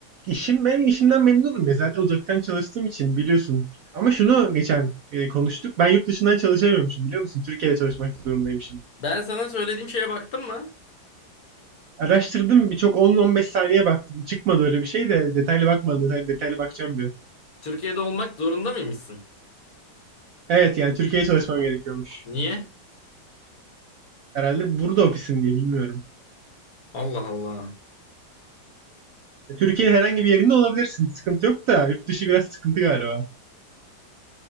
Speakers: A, on the right; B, on the left.
A: işim, ben işimden memnunum ya. Zaten uzaktan çalıştığım için biliyorsun. Ama şunu geçen e, konuştuk. Ben yurt dışından çalışamıyormuşum biliyor musun? Türkiye'de çalışmak zorundaymışım.
B: Ben sana söylediğim şeye baktın mı?
A: Araştırdım birçok 10-15 saniye baktım. Çıkmadı öyle bir şey de detaylı bakmadım. Detaylı, detaylı bakacağım bir.
B: Türkiye'de olmak zorunda mıymışsın?
A: Evet yani Türkiye'ye çalışmam gerekiyormuş.
B: Niye?
A: Herhalde burada ofisim diye bilmiyorum.
B: Allah Allah.
A: Türkiye herhangi bir yerinde olabilirsin. Sıkıntı yok da yurt dışı biraz sıkıntı galiba.